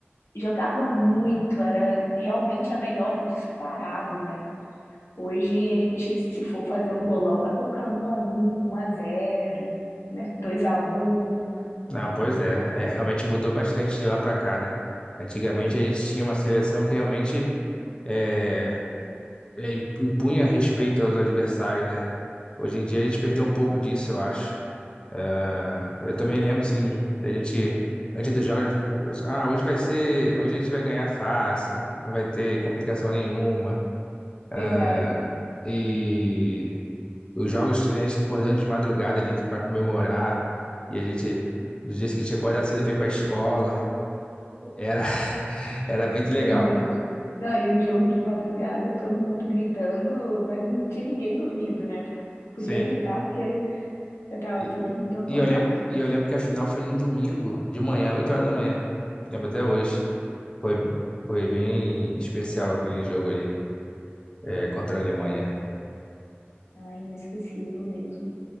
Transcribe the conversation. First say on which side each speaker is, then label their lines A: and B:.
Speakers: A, on the left; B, on the left.
A: jogava muito, era realmente a melhor disparado, né? Hoje a gente, se for fazer um bolão, vai colocar um a um, um a zero, né? 2 a um,
B: Não, pois é. É, realmente mudou bastante de lá pra cá, né? Antigamente a gente tinha uma seleção que realmente é, é, impunha respeito aos adversários, né? Hoje em dia a gente perdeu um pouco disso, eu acho. Ah, eu também lembro, sim, da gente, antes dos jogos, já- ah, hoje vai ser, hoje a gente vai ganhar fácil, não vai ter complicação nenhuma.
A: Verdade,
B: É, E os jogos, a gente acordando de madrugada ali pra comemorar, e a gente, no dia seguinte, acordar cedo pra ir pra escola, era, <laughs> era muito
A: verdade.
B: legal.
A: Não, e o jogo de madrugada, todo mundo gritando, mas não tinha ninguém dormindo, né? Podia
B: Sim.
A: gritar porque já tava
B: E,
A: todo mundo acordado.
B: e eu lembro, e eu lembro que a final foi num domingo de manhã, 8 horas da manhã. Eu lembro até hoje. Foi, foi bem especial aquele jogo ali. É, contra a Alemanha.
A: Ah, inesquecível mesmo.